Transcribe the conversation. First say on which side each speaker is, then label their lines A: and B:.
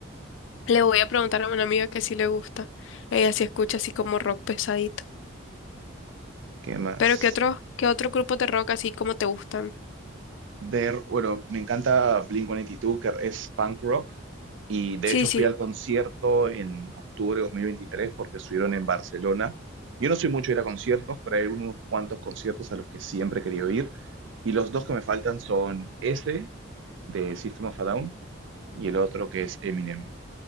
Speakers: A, on the left; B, on the right.
A: Le voy a preguntar a una amiga que sí le gusta. Ella sí escucha así como rock pesadito.
B: ¿Qué más?
A: Pero ¿qué otros, qué otros grupos de rock así como te gustan?
B: de, bueno, me encanta Blink-182, que es punk rock, y de
A: Sí,
B: hecho
A: sí.
B: fui al concierto en octubre de 2023 porque estuvieron en Barcelona. Yo no soy mucho de ir a conciertos, pero hay unos cuantos conciertos a los que siempre he querido ir. Y los dos que me faltan son ese de System of a Down y el otro que es Eminem.